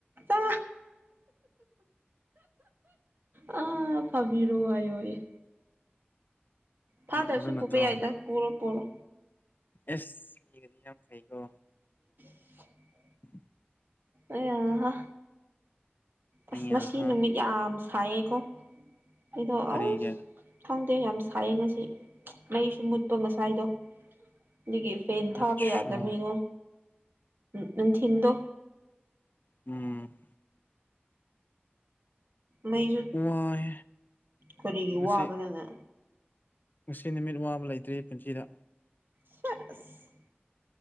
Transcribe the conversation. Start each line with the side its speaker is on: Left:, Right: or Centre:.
Right: ꯑ ꯑꯥ ꯐꯥꯕꯤꯔꯣ ꯍꯥꯏꯌꯣꯌꯦꯦ ꯐꯥꯗꯔꯁꯨ
Left: ꯑꯗꯨ
Right: ꯄꯨꯕ
Left: ꯅꯠꯇ꯭ꯔꯣ
Right: ꯌꯥꯏꯗ ꯄꯨꯔꯣ ꯄꯨꯔꯣ
Left: ꯑꯦꯁ ꯃꯤꯒꯗꯤ ꯌꯥꯝ ꯐꯩꯀꯣ
Right: ꯎ
Left: ꯎꯝ
Right: ꯑꯍ ꯑꯁ
Left: ꯑꯩꯍꯥ
Right: ꯉꯁꯤ ꯅꯨꯃꯤꯠ ꯌꯥꯝ ꯁꯥꯏꯌꯦꯀꯣ ꯑꯩꯗꯣ
Left: ꯀꯔꯤꯒꯤ
Right: ꯑꯁ ꯈꯪ ꯗꯦ ꯌꯥꯝ ꯁꯥꯏꯌꯦ ꯉꯁꯤ ꯃꯩꯁꯨ ꯃꯨꯠꯄ ꯉꯁꯥꯏꯗꯣ ꯑꯗꯨꯒꯤ ꯐꯦꯟ ꯊꯥꯕ
Left: ꯑꯠꯁꯥ
Right: ꯌꯥꯗꯕꯒꯤꯀꯣ ꯅꯨꯡꯊꯤꯟꯗꯣ
Left: ꯎꯝ
Right: ꯃꯩꯁꯨ
Left: ꯋꯥꯏ
Right: ꯀꯔꯤꯒꯤ
Left: ꯉꯁꯤ
Right: ꯋꯥꯕꯗꯅ
Left: ꯉꯁꯤ ꯅꯨꯃꯤꯠ ꯋꯥꯕ ꯂꯩꯇ꯭ꯔꯦ ꯄꯨꯟꯁꯤꯗ
Right: ꯁꯦꯁ